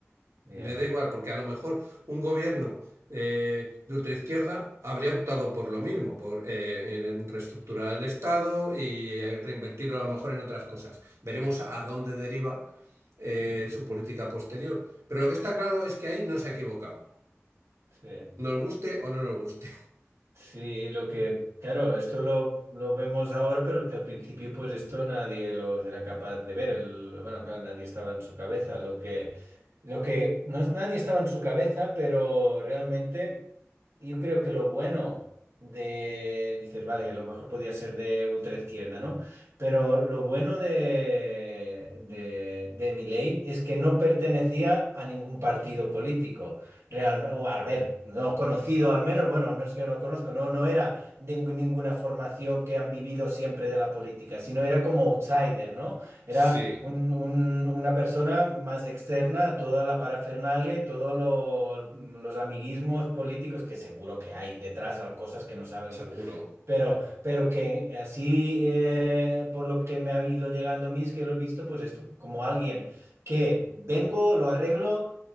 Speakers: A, on the right; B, on the right.
A: Yeah.
B: Me da igual, porque a lo mejor un gobierno eh, de ultraizquierda habría optado por lo mismo, por eh, en reestructurar el Estado y eh, reinvertirlo a lo mejor en otras cosas. Veremos a dónde deriva eh,
A: Ujú.
B: su política posterior. Pero lo que está claro es que ahí no se ha equivocado.
A: Sí.
B: Nos guste o no nos guste.
A: Sí, lo que, claro, esto lo, lo vemos ahora, pero que al principio pues esto nadie lo era capaz de ver. El- bueno, claro, nadie estaba en su cabeza. Lo que, lo que no es nadie estaba en su cabeza, pero realmente yo creo que lo bueno de, dices, vale, lo mejor podía ser de ultraizquierda, ¿no? Pero lo bueno de, de, de Milei es que no pertenecía a ningún partido político. Realmente, o al ver, no conocido al menos, bueno, al menos que yo no conozco, no, no era de ninguna formación que han vivido siempre de la política, sino era como outsider, ¿no? Era
B: Sí,
A: un- un- una persona más externa a toda la parafernalia y todos lo- los amiguismos políticos que seguro que hay detrás, al- cosas que no sabemos,
B: seguro.
A: pero, pero que así, eh, por lo que me ha ido llegando a mí, es que lo he visto, pues esto, como alguien que vengo, lo arreglo.